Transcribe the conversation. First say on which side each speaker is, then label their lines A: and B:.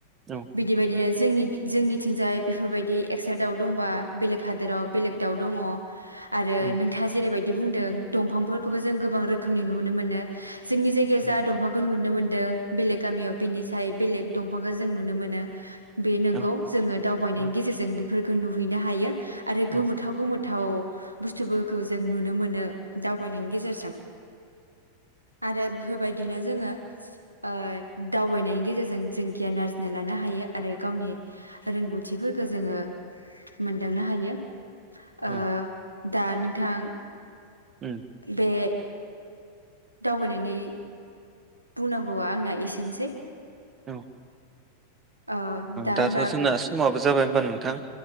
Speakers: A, on the right (about 25°); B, on the right (about 85°).
A: औ
B: बिदि बायदिनो जोंनि जोंनिथिंजाय बेफोरबायदि एक्स्रा दाउ दंबा बेलेग हादोराव बेलेग दाउ दङ'। आरो
A: उम
B: नोंथाङा जेरैबायदि बिदि बुंदों दंफांफोर खौबो जों गोबां रोखोमनि नुनो मोनो। जोंनि जायगायाव
A: औ
B: जाोंहा दंफांखौ नुनो मोन दों बेलेग गामियाव बिनिसाय बेलेग दंफांखौ जों नुनो मोनो। बे नंगौ
A: औ
B: जोङो दावबायनायनि
A: औ
B: गेजेरजों बेफोर खौ नुहैनो हायो। आरो गोमोथाव
A: औ
B: गोमो थाव बुस्थुफोरखौ जों नुनो मोनो दाव बायनायनि गेजेरजों आरो बेफोरबायदिनो जोङो ओ दावबायनायनि गेजेरजों जों गियान आरजिना लानो हायो आरो गावनि रोंगौ थिफोरखौ जोङो मोनदांनो हायो। ओ
A: औ
B: दा नोंथां
A: उम।
B: बे दावबायनायनि बुंनांगौआ आंना एसेनोसै।
A: औ।
B: ओ दा
A: दाथ'
B: होनबा
A: जोंना समाबो जाबाय होमबा नोंथां।